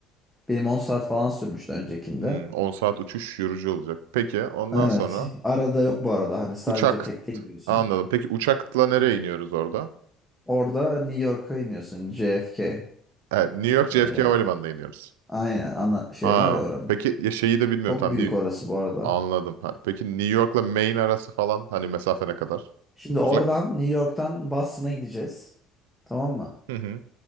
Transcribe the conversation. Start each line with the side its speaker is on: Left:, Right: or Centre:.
Centre: Benim 10 saat falan sürmüştü öncekinde.
Right: Hmm, 10 saat uçuş yorucu olacak. Peki ondan
Centre: Evet
Right: sonra
Centre: arada yok bu arada hani sadece
Right: uçak
Centre: tekte gidiyorsun.
Right: anladım. Peki uçakla nereye iniyoruz orada?
Centre: Orada New York'a iniyorsun JFK.
Right: Evet, New York JFK
Centre: Ee,
Right: Havalimanı'na iniyoruz.
Centre: aynen ana şey
Right: Ha,
Centre: var ya oranın.
Right: peki ya şeyi de bilmiyorum
Centre: Çok
Right: tam
Centre: büyük
Right: New-
Centre: orası bu arada.
Right: anladım. Ha, peki New York'la Maine arası falan hani mesafe ne kadar?
Centre: Şimdi
Right: Uzak
Centre: oradan
Right: mı?
Centre: New York'tan Boston'a gideceğiz. Tamam mı?
Right: Hı hı.